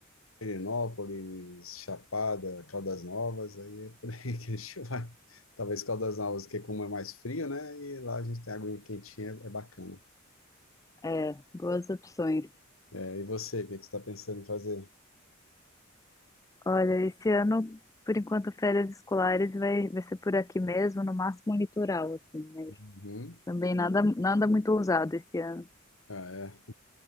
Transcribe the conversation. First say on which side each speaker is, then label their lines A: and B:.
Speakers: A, on the left; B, on the left.
A: Perinópolis, Chapada, Caldas Novas, aí é por aí que a gente <laughs> vai. Talvez Caldas Novas, que é como é mais frio, né? E lá a gente tem aguinha quentinha, é bacana.
B: É, boas opções.
A: É, e você, o que é que você está pensando em fazer?
B: Olha, esse ano, por enquanto, férias escolares vai, vai ser por aqui mesmo, no máximo um litoral, assim, mas
A: Uhum.
B: também nada, nada muito ousado esse ano.
A: Ah, é.